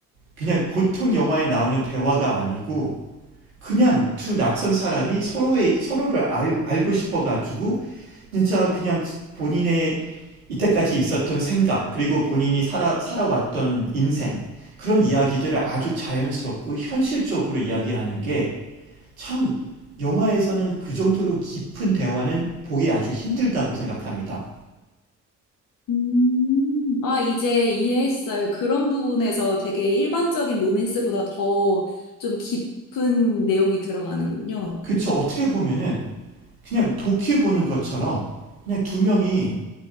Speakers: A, on the right (about 75°); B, on the left (about 50°).
A: 그냥 보통 영화에 나오는 대화가 아니고 그냥 두 낯선 사람이 서로의 서로를 알, 알고 싶어 가지고 진짜 그냥 본인의 이때까지 있었던 생각 그리고 본인이 살아 살아왔던 인생 그런 이야기들을 아주 자연스럽고 현실적으로 이야기하는 게 참 영화에서는 그 정도로 깊은 대화는 보기 아주 힘들다고 생각합니다.
B: 음. 아, 이제 이해했어요. 그런 부분에서 되게 일반적인 로맨스보다 더 좀 깊은 내용이 들어가는군요.
A: 그쵸? 어떻게 보면은 그냥 도큐 보는 것처럼 그냥 두 명이